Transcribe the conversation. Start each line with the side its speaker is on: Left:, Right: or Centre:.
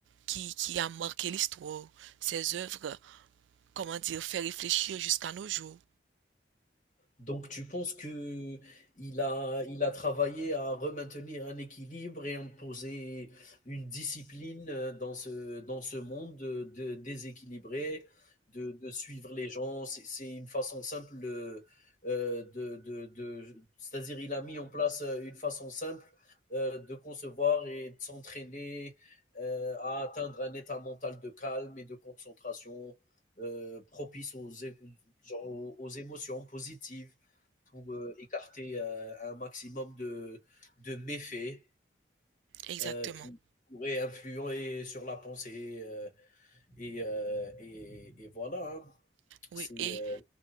Right: qui, qui a marqué l'histoire. Ses œuvres, comment dire, fait réfléchir jusqu'à nos jours.
Left: Donc, tu penses que il a, il a travaillé à remaintenir un équilibre et imposer une discipline euh, dans ce, dans ce monde de, de- déséquilibré, de, de suivre les gens. C'est c'est une façon simple euh, euh, de, de, de- c'est-à-dire il a mis en place euh, une façon simple euh, de concevoir et de s'entraîner euh, à atteindre un état mental de calme et de concentration euh, propice aux é- genre aux, aux émotions positives pour euh, écarter euh, un maximum de, de méfaits
Right: Exactement.
Left: euh, qui pourraient influer sur la pensée. euh, et, euh, et, et voilà, hein.
Right: Oui,
Left: c'est euh,
Right: et